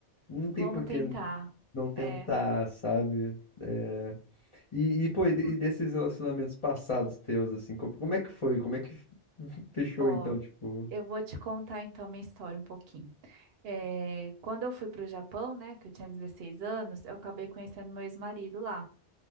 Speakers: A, on the left; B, on the right.
A: não tem
B: Vamos
A: por
B: tentar.
A: que não tentar,
B: É,
A: sabe? É, E, e, pô, e de-
B: hum,
A: e desses relacionamentos passados teus, assim, como, como é que foi? Como é que <laughs> fechou,
B: ó,
A: então, tipo.
B: eu vou te contar então minha história um pouquinho. É, quando eu fui para o Japão, né, que eu tinha 16 anos, eu acabei conhecendo meu ex-marido lá.